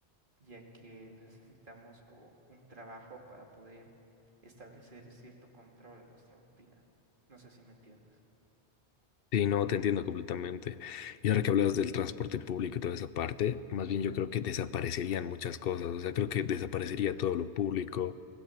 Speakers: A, on the right; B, on the left.
A: ya que necesitamos como un trabajo para poder establecer cierto control en nuestra rutina. No sé si me entiendes.
B: Sí, no, te entiendo completamente. Y ahora que hablas del transporte público y toda esa parte, más bien yo creo que desaparecerían muchas cosas. O sea, creo que desaparecería todo lo público